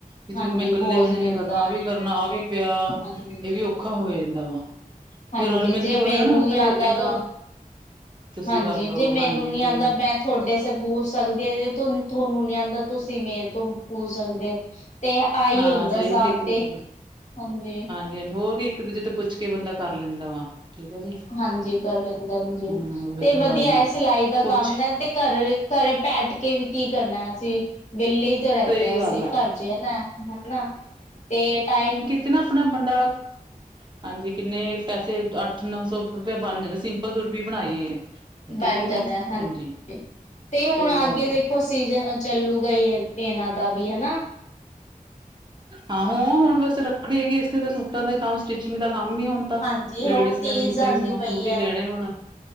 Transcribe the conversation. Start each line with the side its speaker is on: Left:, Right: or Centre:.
Right: ਵੀ ਫਿਰ
Left: ਹਾਂਜੀ
Right: ਮੈਂ ਕੱਲੇ
Left: ਬੋਝ
Right: ਜਾਣੇ
Left: ਨਹੀਂ
Right: ਨੀ
Left: ਹੁੰਦਾ
Right: ਕਰਨਾ, ਆਹ ਵੀ ਕਰਨਾ, ਆਹ ਵੀ ਪਿਆ
Left: ਹਾਂਜੀ ਹਾਂਜੀ
Right: ਇਹ ਵੀ ਔਖਾ ਹੋ ਜਾਂਦਾ ਵਾ।
Left: ਹਾਂਜੀ
Right: ਰਲ ਮਿਲ
Left: ਜੇ
Right: ਕੇ ਹੋ
Left: ਮੈਨੂੰ
Right: ਜਾਂਦਾ ਨਾ
Left: ਨੀ
Right: ਫਿਰ
Left: ਆਉਂਦਾ
Right: ਇੰਨਾ
Left: ਤਾਂ
Right: ਤੁਸੀਂ
Left: ਹਾਂਜੀ
Right: ਕਰਲੋ
Left: ਜੇ ਮੈਨੂੰ
Right: ਹਾਂਜੀ
Left: ਨੀ
Right: ਸਹੀ
Left: ਆਉਂਦਾ
Right: ਗੱਲ
Left: ਮੈਂ ਤੁਹਾਡੇ ਪੁੱਛ ਸਕਦੇ ਆ, ਜੇ ਤੁਹਾਨੂੰ ਨੀ ਆਉਂਦਾ ਤੁਸੀਂ ਮੇਰੇ ਤੋਂ ਪੂਛ ਸਕਦੇ। ਤੇ ਆਈ
Right: ਹਾਂ
Left: ਹੁੰਦਾ
Right: ਸਹੀ
Left: ਸਾਥ
Right: ਗੱਲ ਇੱਕ ਦੂਜੇ
Left: ਤੇ
Right: ਤੋਂ
Left: ਹਾਂਜੀ।
Right: ਹਾਂਜੀ ਹੋਰ ਵੀ ਇੱਕ ਦੂਜੇ ਤੋਂ ਪੁੱਛ ਕੇ ਬੰਦਾ ਕਰ ਲੈਂਦਾ ਵਾ। ਠੀਕ ਹੈ ਜੀ
Left: ਹਾਂਜੀ ਕਰ ਲੈਂਦਾ ਹਾਂਜੀ
Right: ਹਾਂ
Left: ਤੇ ਵਧੀਆ
Right: ਗੱਲ ਆ
Left: ਹੈ ਸਿਲਾਈ ਦਾ
Right: ਪੁੱਛ
Left: ਕੰਮ ਨਾ। ਤੇ ਘਰ ਘਰੇ ਬੈਠ ਕੇ ਵੀ ਕੀ ਕਰਨਾ ਅਸੀਂ ਵਿਹਲੇ ਰਹਿੰਦੇ
Right: ਸਹੀ
Left: ਹਾਂ ਅਸੀਂ
Right: ਗੱਲ ਆ
Left: ਘਰ ਜੇ ਨਾ ਹਨਾ ਤੇ ਟਾਈਮ
Right: ਤੇ ਨਾ ਆਪਣਾ ਬੰਦਾ
Left: ਹ
Right: ਹਾਂਜੀ, ਕਿੰਨੇ ਪੈਸੇ ਅੱਠ-ਨੌ ਸੌ ਰੁਪਏ ਬਣ ਜਾਂਦਾ ਸਿੰਪਲ ਸੂਟ ਵੀ ਬਣਾਈਏ। ਠੀਕ
Left: ਬਣ
Right: ਹੈ
Left: ਜਾਂਦਾ
Right: ਨਾ ਹਾਂਜੀ
Left: ਹਾਂ <unintelligible> ਤੇ ਹੁਣ
Right: ਸਹੀ
Left: ਅਗੇ
Right: ਗੱਲ ਆ
Left: ਦੇ <unintelligible> ਸੀਜਨ ਚੱਲੂਗਾਈ ਏ ਇਹਨਾਂ ਦਾ ਵੀ ਹਨਾ।
Right: ਹਾਂ ਹ ਹੁਣ ਬਸ ਰੱਖੜੀ ਹੈਗੀ ਇਸੇ ਤਾਂ ਸੂਟਾਂ ਦੇ ਕੰਮ ਸਟਿਚਿੰਗ ਦਾ ਕੰਮ ਹੀ ਹੁਣ।
Left: ਹਾਂਜੀ ਹੁਣ
Right: ਲੇਡੀਜ਼
Left: ਤੀਜ
Right: ਨੇ ਸੂਟੇ
Left: ਆਂਦੀ
Right: ਹੀ ਸੂਟ
Left: ਪਈ ਹੈ
Right: ਹੀ ਲੈਣੇ ਹੁਣ।